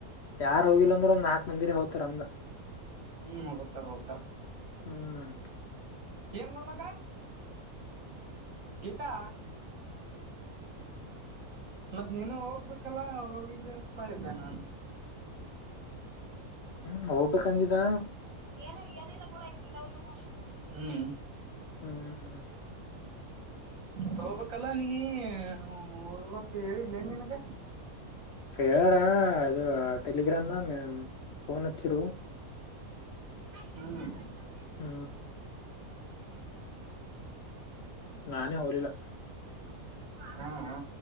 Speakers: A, on the left (about 60°); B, on the right (about 65°).
A: ಯಾರ್ ಹೋಗಿಲ್ಲ ಅಂದ್ರರುಂದ ನಾಕಕ್ ಮಂದಿರ ಹೋಗ್ತಾರ ಅಂದ
B: ಹ್ಮ್ ಓದ್ತಾರ ಓದ್ತಾರ
A: ಹ್ಮ್
B: ಏನ್ ಗಡಮಕ್ಕ ಗಟಾ ಮತ್ತ ನೀನು ಹೋಗ್ಬೇಕಲ್ಲ ಹೋಗಿದ್ದೆ ಅಂತ ಮಾಡಿದ್ದೆ ನಾನು
A: ಹ್ಮ್ ಹೋಗ್ಬೇಕಕ್ಂದಿದ
B: ಏನು ಏನ್ ಇಿಲ್ಲ ಕೋಡ್ ಗಿಟ ಅವಿಗೆ ಹೋಗ ಹ್ಮ
A: ಹ್ಮ್
B: ತಗೋಬೇಕಲ್ಲ ನೀಲ್ಲಕ ಹೇಳಿಲ್ಲೇನ್ ನನ್ಗ
A: ಹೇಳಾರಾ ಅದು ಟೆಲಿಗ್ರಾಾಮ್ ದ ಮ ಫೋನ್ ಒಚ್ಚಿರು
B: ಹ್ಮ್ <inaudible>
A: ಹ್ಮ ನಾನೇ ಹೋಗಲಿಲ್ಲ
B: ಹ್ಮ